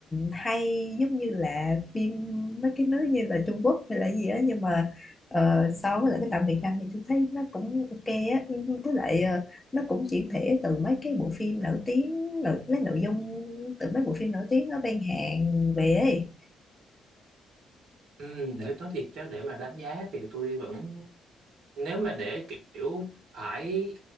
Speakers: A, on the left; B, on the right.
A: hay giống như là phim mấy cái nước như là Trung Quốc hay là gì á nhưng mà ờ, so với lại cái tạm Việt Nam thì tôi thấy nó cũng ok á Ừ, với lại ờ, nó cũng chuyển thể từ mấy cái bộ phim nổi tiếng nội, lấy nội dung từ mấy bộ phim nổi tiếng ở bên Hàn về ấy.
B: Ừ, để nói thiệt chứ để mà đánh giá thì tôi vẫn nếu mà để kiểu phải